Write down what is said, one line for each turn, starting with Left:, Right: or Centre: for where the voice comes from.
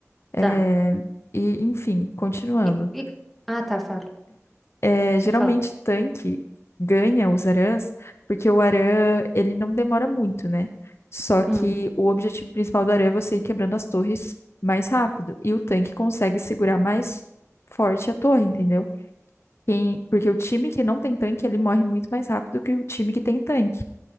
Left: É,
Centre: Tá.
Left: E, enfim, continuando.
Centre: E, e... Ah, tá, fala.
Left: É, geralmente
Centre: Pode falar.
Left: tanque ganha os Arãs, porque o Arã, ele não demora muito, né? Só que
Centre: Hum,
Left: o objetivo principal do Arã é você ir quebrando as torres mais rápido. E o tanque consegue segurar mais forte a torre, entendeu? Quem- Porque o time que não tem tanque, ele morre muito mais rápido que o time que tem tanque.